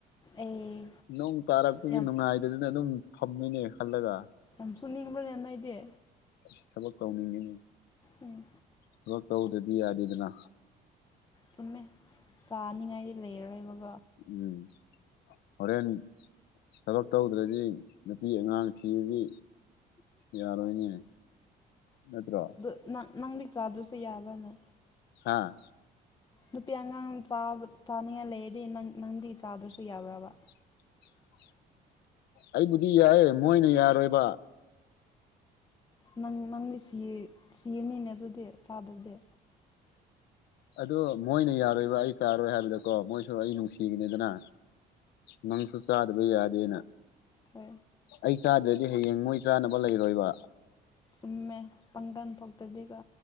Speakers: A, on the left; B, on the left.
A: ꯑꯩ
B: ꯅꯣꯡ ꯇꯥꯔꯛꯄꯒꯤ
A: ꯌꯥꯝ
B: ꯅꯨꯡꯉꯥꯏꯗꯗꯨꯅ ꯑꯗꯨꯝ ꯐꯝꯃꯤꯅꯦ ꯈꯜꯂꯒ
A: ꯑꯝꯁꯨꯅꯤꯡꯕ ꯅꯦꯏ ꯗꯦ
B: ꯑꯁ ꯊꯕꯛ ꯇꯧꯅꯤꯡꯉꯤꯅꯦ
A: ꯎꯝ
B: ꯊꯕꯛ ꯇꯧꯗ꯭ꯔꯗꯤ ꯌꯥꯗꯦꯗꯅ
A: ꯆꯨꯝꯃꯦ ꯆꯥꯅꯤꯡꯉꯥꯏꯗꯤ ꯂꯩꯔꯔꯣꯏꯕ
B: ꯎꯝ ꯍꯣꯔꯦꯟ ꯊꯕꯛ ꯇꯧꯗ꯭ꯔꯗꯤ ꯅꯨꯄꯤ ꯑꯉꯥꯡꯁꯤꯔꯗꯤ ꯌꯥꯔ ꯃꯅꯤꯅꯤ ꯅꯠꯇ꯭ꯔꯣ
A: ꯑꯗꯨ ꯅꯪ ꯅꯪꯗꯤ ꯆꯥꯗꯁꯨꯦ ꯌꯥꯕ꯭ꯔꯅꯦ
B: ꯍꯥꯥ
A: ꯅꯨꯄꯤ ꯑꯉꯥꯡ ꯆꯥꯅꯤꯡꯉꯥꯏ ꯂꯩꯔꯗꯤ ꯅ ꯅꯪꯗꯤ ꯆꯥꯗ꯭ꯔꯁꯨ ꯌꯥꯕ꯭ꯔꯕ
B: <unintelligible> ꯑꯩꯕꯨꯗꯤ ꯌꯥꯏꯑꯦ ꯃꯣꯏꯅ ꯌꯥꯔꯣꯏꯕ
A: ꯅꯪ ꯅꯪꯗꯤ ꯁꯤꯔꯅꯤꯅꯦ ꯑꯗꯨꯗꯤ ꯆꯥꯗꯗꯤ
B: ꯑꯗꯣ ꯃꯣꯏꯅ ꯌꯥꯔꯣꯏꯕ ꯑꯩ ꯆꯥꯔꯣꯏ ꯍꯥꯏꯕꯗꯀꯣ ꯃꯣꯏ ꯁꯨ ꯑꯩ ꯅꯨꯡꯁꯤꯒꯅꯤꯗꯅ ꯅꯪꯁꯨ ꯆꯥꯗꯕ ꯌꯥꯗꯦꯅ
A: ꯍ
B: ꯑꯩ ꯆꯥꯗ꯭ꯔꯗꯤ ꯍꯌꯦꯡ ꯃꯣꯏ ꯆꯥꯅꯕ ꯂꯩꯔꯣꯏꯕ
A: ꯎꯨꯝꯃꯦ ꯄꯪꯒꯟ ꯊꯣꯛꯇꯗꯤꯀꯣ